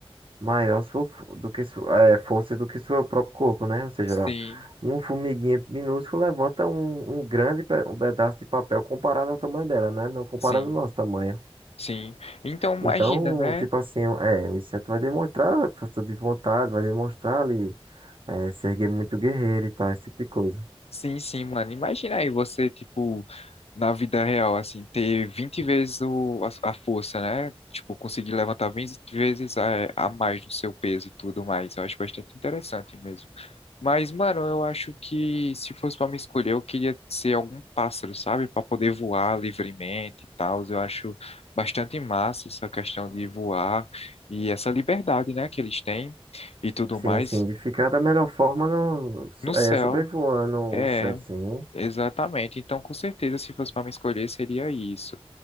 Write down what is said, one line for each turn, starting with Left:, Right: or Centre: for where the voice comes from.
Right: maior sua, fo- do que sua, é, força do que seu próprio corpo, né? Ou seja,
Left: Sim,
Right: ela- uma formiguinha minúscula levanta um, um grande pe- um pedaço de papel comparado ao tamanho dela, né? Não comparado
Left: sim,
Right: ao nosso tamanho.
Left: sim. Então imagina,
Right: Então,
Left: né?
Right: tipo assim, é, o inseto vai demonstrar força de vontade, vai demonstrar ali. É, se erguer muito guerreiro e tal, esse tipo de coisa.
Left: Sim, sim, mano. Imagina aí você, tipo, na vida real, assim, ter 20 vezes o, a, a força, né? Tipo, conseguir levantar 20 vezes a, a mais do seu peso e tudo mais. Eu acho bastante interessante mesmo. Mas, mano, eu acho que se fosse pra me escolher, eu queria ser algum pássaro, sabe? Pra poder voar livremente e tal. Eu acho bastante massa essa questão de voar e essa liberdade, né, que eles têm e tudo
Right: Sim,
Left: mais
Right: sim, de ficar da melhor forma no, so-
Left: no céu.
Right: é, sobrevoando
Left: É,
Right: o céu, sim.
Left: exatamente. Então, com certeza, se fosse pra me escolher, seria isso.